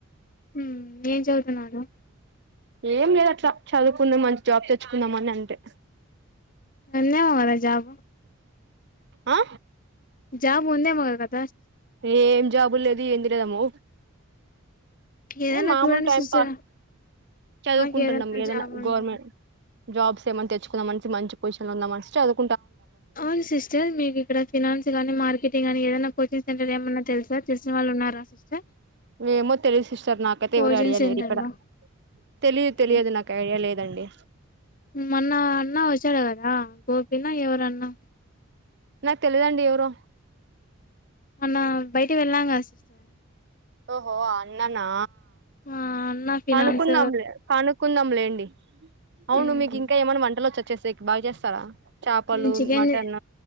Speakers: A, on the left; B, on the right.
A: మ్మ్ ఏం చదువుతున్నారు
B: ఏం లేదు అట్లా చదువుకునే మంచి జాబ్ తెచ్చుకుందామని అంతే
A: ఉందేమో కదా జాబు
B: ఆ
A: జాబ్ ఉందేమొ కద
B: ఏం జాబు లేదు ఏందిరేము
A: ఏదైనా
B: ఎ మామూలు
A: చూడండి
B: టైం
A: సిస్టర్
B: పాస్ చదువుకుంటున్నాం
A: మాకు
B: ఏదైనా
A: జాబ్ ఉందా
B: గవర్నమెంట్ జాబ్స్ ఏమన్నా తెచ్చుకుందామనేసి మంచి పొజిన్లో ఉందమనేసి చదువు
A: అవున్ సిస్టర్ మీకు ఇక్కడ ఫైనాన్స్ గానీ మార్కెటింగ్ గాని ఏదన్నా కోచింగ్ సెంటర్ ఏమన్నా తెలుసా తెలిసిన వాళ్ళు ఉన్నారా సిస్టర్
B: ఏమో తెలీదు సిస్టర్ నాకైతే
A: కోచింగ్
B: ఎవరు ఐడియలేరు
A: సెంటర్
B: ఇక్కడ
A: లో
B: తెలిదు
A: ఓకే
B: తెలియదు నాకు ఐడియా లేదండి
A: మొన్న అన్న వచ్చాడు కదా గోపిన ఎవరన్నా
B: నాకు తెలిదండి ఎవరో
A: మొన్న బయటకి వెళ్ళాంగా సిస్టర్
B: ఓహో అన్ననా
A: మా అన్న ఫినాన్స్
B: కనుకుందంలే కనుకుంద లేండి అవును
A: మ్మ్.
B: మీకు ఇంకా ఏమైన్నా వంటలు వచ్చ వసేకి బాగా చేస్తారా చేపలు
A: నేను చికెన్
B: మటన్